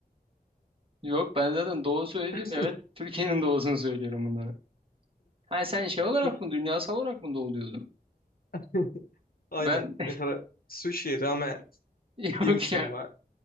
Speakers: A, on the right; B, on the left.
A: Yok ben zaten doğu söyledim.
B: <laughs>
A: Evet Türkiye'nin doğusunu söylüyorum bunları. Ha sen şey olarak
B: Çünkü
A: mı dünyasal olarak mı doğuluyordun?
B: <laughs> Aynen.
A: Ben
B: Mesela sushi, ramen,
A: <laughs> yok
B: dim sum
A: ya.
B: var.